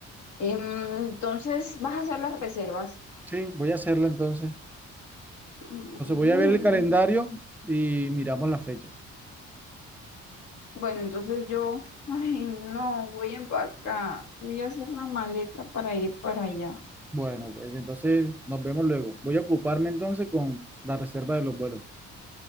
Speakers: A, on the left; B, in the centre.
A: Em, Entonces, vas a hacer las reservas.
B: Sí, voy a hacerla entonces.
A: Mm,
B: Entonces voy a ver el calendario y miramos las fechas.
A: Bueno, entonces yo, <laughs> ay, no, voy a empacar, voy a hacer la maleta para ir para allá.
B: Bueno, pues entonces nos vemos luego. Voy a ocuparme entonces con la reserva de los vuelos.